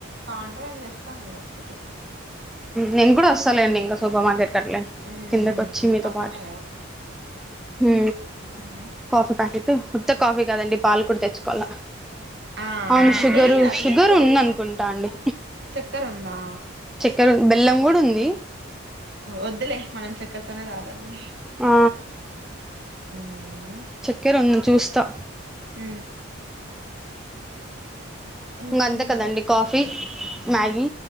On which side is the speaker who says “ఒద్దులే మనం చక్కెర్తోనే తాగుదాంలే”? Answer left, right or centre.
Right